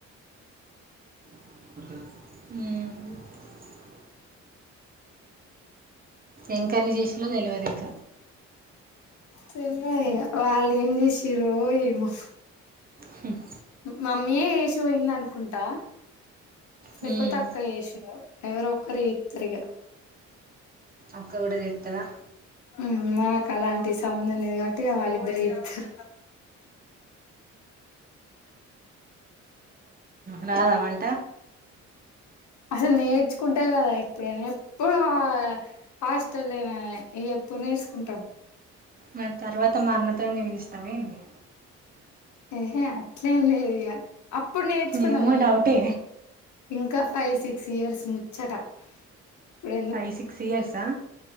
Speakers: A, on the right (about 30°); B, on the left (about 70°).
A: ఉమ్ ఎంకర్రీ జెషిన్లో తేల్వది ఇ
B: తెల్వదు ఇగ వాళ్ళు ఎం చెషిరో ఏమో
A: హ్మ్
B: మమ్మీయే యేసి పోయింద అనుకుంటా
A: హ్మ్,
B: లేక్పోతే అక్క చేసిందో ఎవరు ఒక్క రూ ఎత్తారు ఇగ
A: అక్క కూడా చేస్తుందా
B: ఉమ్ మనకు అలాంటి సంబంధం లేది కాబట్టి వాళ్ళిద్దరే చేత్తరు
A: నాద వంట
B: అసలు నేర్చుకుంటే కదా ఎప్పుడైనా ఎప్పుడు ఆ హాస్టల్ ఎనయే ఇగ ఎప్పుడు నేస్కుంటవ్
A: మరి తర్వాత మా అన్నతో చేయిస్తనవేంది
B: ఎహే అట్లే ఎం లేద్ ఇగ అప్పుడు నేర్చుకున్నామే
A: ఏమో డౌటే
B: ఇంకా ఫైవ్ సిక్స్ ఇయర్స్ ముచ్చట ఇప్పుడు
A: ఫై సిక్స్ ఇయర్సా